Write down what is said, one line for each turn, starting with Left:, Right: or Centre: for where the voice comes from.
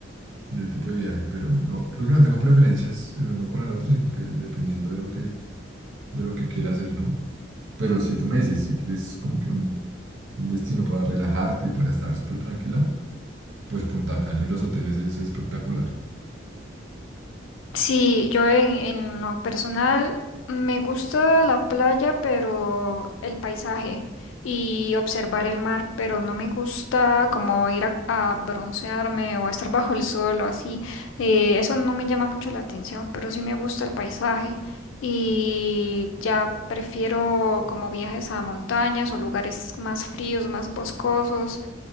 Right: del tipo de viaje, pero no, creo que no tengo preferencias el uno con el otro, sino que dependiendo de lo que, de lo que quiera hacer, ¿no? Pero si tú me dices, si quieres como que un, un destino para relajarte y para estar súper tranquila, pues Punta Cana y los hoteles es espectacular.
Left: Sí, yo en, en lo personal me gusta la playa, pero el paisaje y observar el mar, pero no me gusta como ir a, a broncearme o estar <laughs> bajo el sol o así. Eh, eso no me llama mucho la atención, pero sí me gusta el paisaje y ya prefiero como viajes a montañas o lugares más fríos, más boscosos